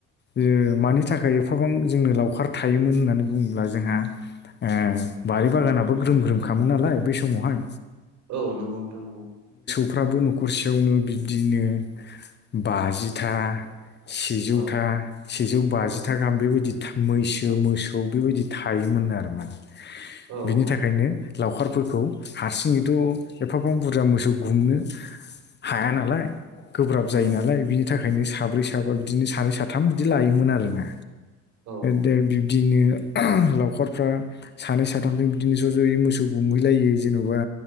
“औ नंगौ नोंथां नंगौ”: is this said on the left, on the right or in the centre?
Right